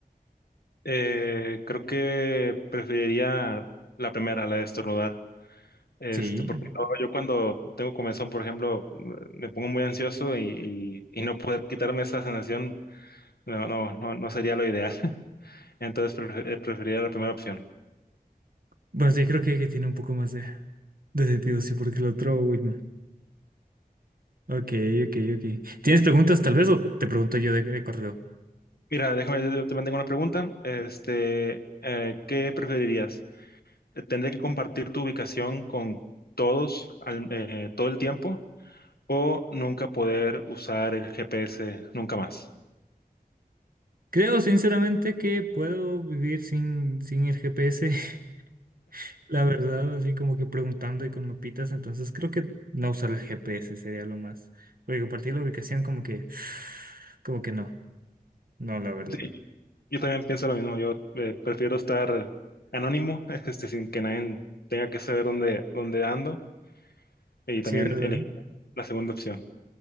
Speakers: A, on the left (about 80°); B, on the right (about 65°).
A: eh, creo que preferiría la primera, la de estornudar. Este,
B: Sí.
A: porque no, yo cuando tengo comezón, por ejemplo, me pongo muy ansioso y, y- y no poder quitarme esa sensación no, no, no, no sería lo ideal. <laughs> Entonces prefe- eh, preferiría la primera opción.
B: Bueno, sí, creo que, que tiene un poco más de, de sentido, sí, porque el otro, uy, no. Ok, ok, ok. ¿Tienes preguntas tal vez o te pregunto yo de, de correo?
A: Mira, déjame, yo yo también tengo una pregunta. Este, eh, ¿qué preferirías? ¿Tendré que compartir tu ubicación con todos al- eh, todo el tiempo? O nunca poder usar el GPS nunca más.
B: Creo sinceramente que puedo vivir sin, sin el GPS. <laughs> La verdad, así como que preguntando y con mapitas, entonces creo que no usar el GPS sería lo más. Porque a partir de la ubicación como que, <sighs> como que no, no, la verdad.
A: Sí, yo también pienso lo mismo. Yo eh, prefiero estar anónimo, <laughs> este, sin que nadie tenga que saber dónde, dónde ando. Y
B: Sí,
A: también
B: ¿verdad?
A: elegir la segunda opción.